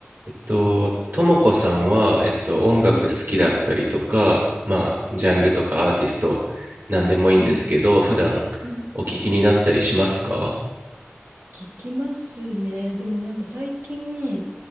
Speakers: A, on the right; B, on the right.
A: えっと、ともこさんは、えっと、音楽好きだったりとか、
B: はい、
A: まあ、ジャンルとかアーティスト、なんでもいいんですけど、
B: うん、
A: 普段
B: うん、
A: お聞きになったりしますか
B: 聞きますね。でもなんか最近、